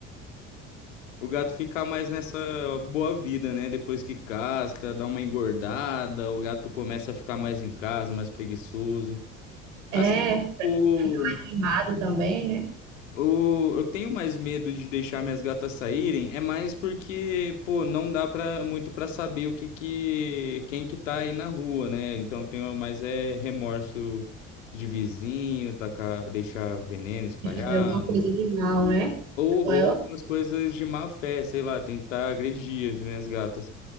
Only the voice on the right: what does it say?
É,
queimado também, né?
Vai Fazer alguma coisa de mal, né?
Com
ela,